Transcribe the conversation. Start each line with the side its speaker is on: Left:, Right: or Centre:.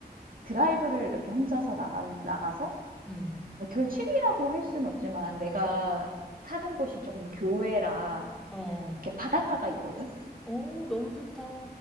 Right: 드라이브를 이렇게 혼자서 나간 나가서
Centre: 응.
Right: 뭐 들취미라고 할 수는 없지만 내가 사는 곳이 조금 교외라
Centre: 어.
Right: 이렇게 바닷가가 있거든.
Centre: 어, 너무 좋다.